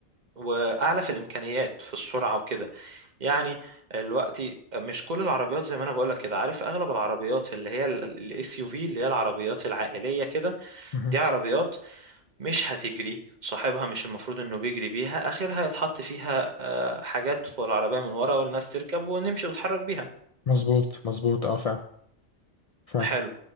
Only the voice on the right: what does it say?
واعلى في الامكانيات في السرعه وكده يعني دلوقتي مش كل العربيات زي ما انا بقولك كده عارف اغلب العربيات اللي هي الاس يو في اللي هي العربيات العائليه كده
دي عربيات مش هتجري صاحبها مش المفروض انه بيجري بيها اخرها يتحط فيها آه، حاجات فوق العربيه من ورا والناس تركب ونمشي ونتحرك بيها
حلو